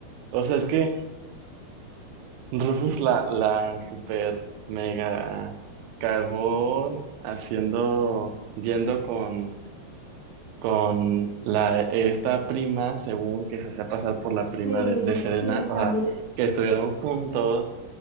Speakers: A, on the right; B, on the left.
A: O sea, es que Rufus la, la super mega cagó haciendo, yendo con, con la, esta prima, según que se hacía pasar por la
B: Sí,
A: prima de, de Serena.
B: sí,
A: O
B: también.
A: sea, que estuvieron juntos.